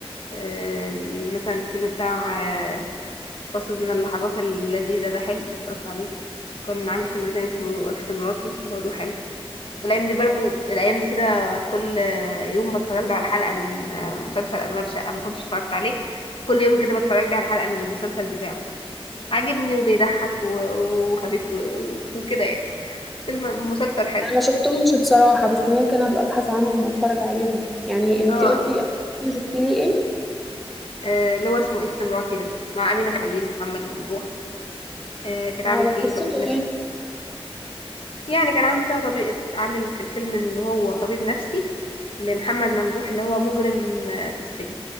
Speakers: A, on the left; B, in the centre.
A: آه ال- مثلا الفيلم بتاع آه فاصل من اللحظات اللذيذة ده حلو اتفرجت عليه كان عامل فيلم تاني اسمه اكس مراتي برضه حلو والايام دي برضو الايام دي كده كل آه، يوم بتفرج له على حلقة من آه، مسلسل اشغال شقة ما كنتش اتفرجت عليه فكل يوم كده بتفرج لي على حلقة من المسلسل بتاعه عاجبني وبيضحك و- وخفيف و- وكده يعني فيلم مسلسل حلو
B: أنا ما شفتهمش بصراحة بس ممكن أبقى أبحث عنهم وأتفرج عليهم يعني
A: اه
B: أنتي قلتي آخر فيلم شفتي لي إيه؟
A: آه، اللي هو اسمه اكس مراتي ده مع أمينة خليل ومحمد ممدوح آه، كان
B: اه
A: عامل
B: ده
A: فيه
B: قصته
A: طبيب نفسي
B: إيه؟
A: يعني كان عامل فيها طبيب عامل في الفيلم ان هو طبيب نفسي لمحمد ممدوح اللي هو مجرم آه، في السجن